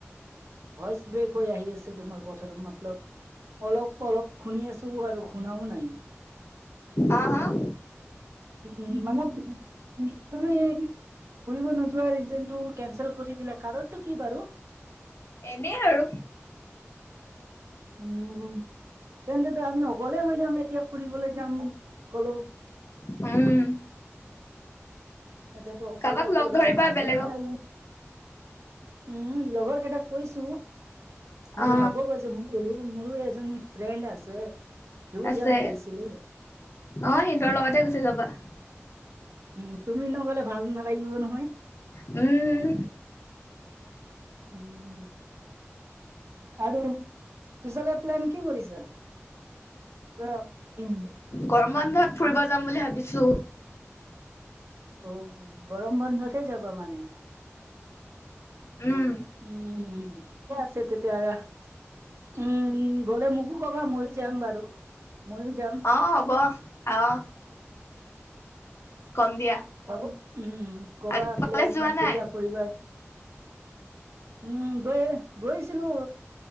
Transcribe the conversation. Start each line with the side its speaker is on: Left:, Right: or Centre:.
Right: ভইচ ব্ৰেক হৈ আহি আছে তোমাৰ কথাটো মতলব অলপ অলপ শুনি আছোঁ আৰু শুনাও নাই।
Left: অ' হা?
Right: উম, মানে <unintelligible> তুমি ফুৰিব নোযোৱা ৰিজনটো কেনচেল কৰি দিলে কাৰণটো কি বাৰু?
Left: এনে আৰু।
Right: উম উম, তেন্তেটো আমি অকলে হৈ যাম এতিয়া ফুৰিবলৈ যাম ক'লো।
Left: উম।
Right: এতেতো অকলে
Left: কাৰোবাক
Right: অকলে
Left: লগ ধৰিবা
Right: ভালো
Left: বেলেগক
Right: নালাগে। উম, লগৰ কেইটাক কৈছোঁ, তেন্তে
Left: অ
Right: হ'ব কৈছে মো উম, মোৰো এজনী ফ্ৰেণ্ড আছে, সিও
Left: আছে
Right: যাম কৈছিল।
Left: অ' সিন্দৰ লগতে গুচি যাবা।
Right: উম, তুমি নগ'লে ভাল নালাগিব নহয়।
Left: উম।
Right: উম। আৰু পিচলে প্লেন কি কৰিছা? <unintelligible>
Left: গৰমবন্ধত ফুৰিব যাম বুলি ভাবিছোঁ।
Right: উম, গৰম বন্ধতে যাবা মানে।
Left: উম।
Right: উম, ঠিকে আছে তেতিয়া হ'লে উম, গ'লে মোকো কবা ময়ো যাম বাৰু, ময়ো যাম।
Left: অ', হ'ব অ'। কম দিয়া।
Right: আকৌ উম, ক'বা
Left: আজি কলেজ
Right: প্লেন
Left: যোৱা
Right: কেতিয়া
Left: নাই
Right: কৰিবা। উম, গৈ, গৈছিলো